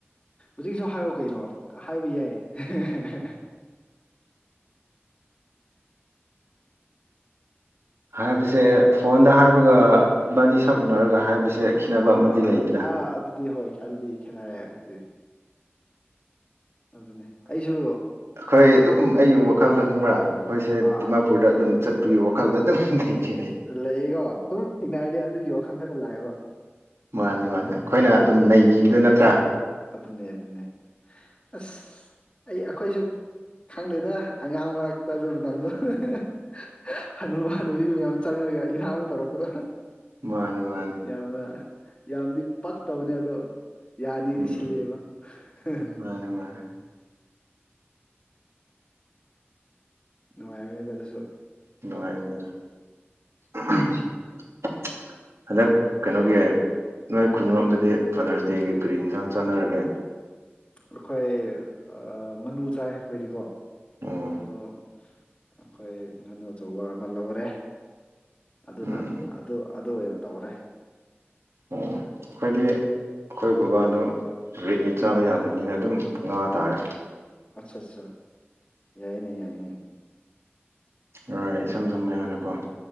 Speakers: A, on the left; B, on the right.
A: ꯍꯧꯖꯤꯛꯁꯨ ꯍꯥꯏꯌꯣ ꯀꯩꯅꯣ ꯍꯥꯏꯕ ꯌꯥꯏ <unintelligible>
B: ꯍꯥꯏꯕꯁꯦ ꯐꯣꯟꯗ ꯍꯥꯏꯕꯒ ꯏꯕꯥꯅꯤ ꯁꯛ ꯎꯅꯔꯒ
A: ꯑꯥ
B: ꯍꯥꯏꯕꯁꯦ ꯈꯦꯠꯅꯕ ꯑꯃꯗꯤ
A: ꯍꯣꯏ
B: ꯂꯩꯗꯅ
A: ꯑꯥ ꯑꯗꯨꯗꯤ ꯍꯣꯏ ꯑꯗꯨꯗꯤ ꯈꯦꯠꯅꯔꯦ ꯑꯗꯤ ꯑꯗꯨꯅꯦ ꯑꯩꯁꯨ
B: ꯑꯈꯣꯏ ꯑꯗꯨꯝ ꯑꯩꯒꯤ ꯋꯥꯈꯜꯗ
A: ꯎꯝ
B: ꯈꯪꯕ꯭ꯔꯥ? ꯈꯣꯏꯁꯦ
A: ꯑꯥ
B: ꯗꯤꯃꯥꯄꯨꯔꯗ ꯑꯗꯨꯝ ꯆꯠꯄꯒꯤ ꯋꯥꯈꯜꯗ ꯑꯗꯨꯝ ꯂꯩꯔꯦꯅꯦ
A: ꯂꯩꯒꯣ <unintelligible> ꯊꯦꯡꯅꯔꯗꯤ ꯑꯗꯨꯒꯤ ꯋꯥꯈꯟ ꯈꯛꯇ ꯂꯥꯛꯑꯦꯕ
B: ꯃꯅꯤ ꯃꯅꯤ ꯑꯈꯣꯏꯅ ꯑꯗꯨꯝ ꯅꯩꯕꯤꯕꯗꯨ ꯅꯠꯇ꯭ꯔꯥ?
A: ꯑꯗꯨꯅꯦ ꯑꯗꯨꯅꯦ ꯑꯁ ꯑꯩ ꯑꯈꯣꯏꯁꯨ ꯈꯪꯗꯦꯗ ꯑꯉꯥꯡ ꯃꯔꯛꯇ ꯑꯗꯨ ꯃꯇꯝꯗꯨ <unintelligible> ꯍꯅꯨꯕ ꯍꯅꯨꯕꯤ ꯃꯌꯥꯝ ꯆꯪꯉꯛꯑꯒ ꯏꯔꯥꯡ ꯇꯧꯔꯛꯄꯗꯣ ꯍꯥ
B: ꯃꯟꯅꯦ ꯃꯥꯅꯦ
A: ꯌꯥꯝꯅ ꯌꯥꯝꯗꯤ ꯄꯛꯇꯕꯅꯦ ꯑꯗꯣ ꯌꯥꯅꯤꯗꯤ
B: ꯎꯝ
A: ꯁꯤꯜꯂꯦꯕ <unintelligible>
B: ꯃꯥꯅꯦ ꯃꯥꯅꯦ
A: ꯅꯨꯡꯉꯥꯏꯕꯅꯤꯗ ꯑꯗꯨꯁꯨ
B: ꯅꯨꯡꯉꯥꯏ <unintelligible> <unintelligible> ꯍꯟꯗꯛ ꯀꯩꯅꯣꯒꯤ ꯅꯣꯏ ꯈꯨꯟꯔꯣꯝꯗꯗꯤ
A: ꯎꯝ
B: ꯐꯥꯗꯔꯁ ꯗꯦꯒꯤ ꯀꯔꯤ ꯌꯦꯟꯁꯥꯡ ꯆꯟꯅꯔꯒꯦ?
A: ꯑꯩꯈꯣꯏ ꯑꯥ ꯉꯥꯅꯨ ꯆꯥꯏ ꯑꯩꯈꯣꯏꯗꯤꯀꯣ
B: ꯑꯣ
A: ꯑꯗꯣ ꯑꯈꯣꯏ ꯉꯥꯅꯨ ꯑꯆꯧꯕ ꯑꯃ ꯂꯧꯔꯦ ꯑꯗꯨꯅ
B: ꯎꯝ
A: ꯑꯗꯨ ꯑꯗꯨ ꯑꯣꯏꯅ ꯇꯧꯔꯦ꯫
B: ꯑꯣ ꯑꯈꯣꯏꯗꯤ ꯑꯈꯣꯏ ꯕꯥꯕꯥꯗꯣ ꯔꯦꯗ ꯃꯤꯠ ꯆꯥꯕ
A: ꯎꯝ
B: ꯌꯥꯗ ꯅꯤꯅ ꯗꯨꯝ ꯉꯥ ꯇꯥꯔꯦ
A: ꯑꯠꯆꯥ ꯆꯥ ꯌꯥꯏꯅꯦ ꯌꯥꯏꯅꯦ
B: <unintelligible> ꯏꯁꯝ ꯁꯝꯃꯦ ꯍꯥꯏꯅꯀꯣ